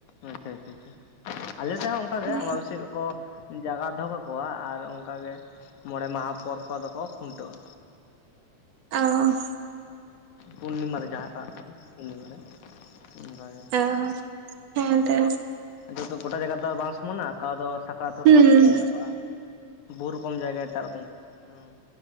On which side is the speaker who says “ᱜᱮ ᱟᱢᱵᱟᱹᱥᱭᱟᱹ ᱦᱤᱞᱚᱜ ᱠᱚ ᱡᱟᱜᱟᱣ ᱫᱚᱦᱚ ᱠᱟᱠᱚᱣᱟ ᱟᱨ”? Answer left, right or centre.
Left